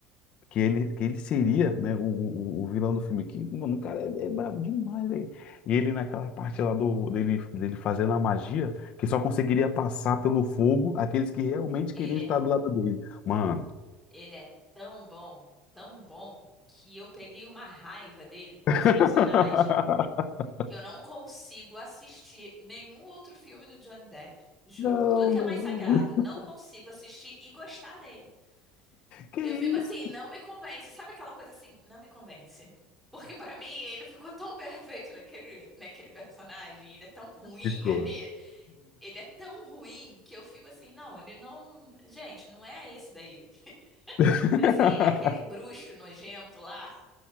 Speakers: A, on the left; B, in the centre.
A: que ele, que ele seria, né, o, o, o vilão do filme, aqui mano, o cara é, é brabo demais, velho. E ele naquela parte lá do, dele, dele fazendo a magia, que só conseguiria passar pelo fogo aqueles que realmente
B: Ele
A: queriam estar
B: é,
A: do lado dele. Mano,
B: ele é tão bom, tão bom, que eu peguei uma raiva dele com
A: <laughs>
B: esse personagem. que eu não consigo assistir nenhum outro filme do Johnny Depp. Juro
A: não,
B: por tudo que
A: não.
B: é mais sagrado, não consigo assistir e gostar dele.
A: Que
B: Eu
A: isso?
B: fico assim, não me convence. Sabe aquela coisa assim, não me convence. Porque pra mim ele ficou tão perfeito naquele, naquele personagem, ele é tão ruim
A: Ficou.
B: ali, ele é tão ruim que eu fico assim, não, ele não, gente, não é esse daí.
A: <laughs>
B: Falei assim, ele é aquele bruxo nojento lá.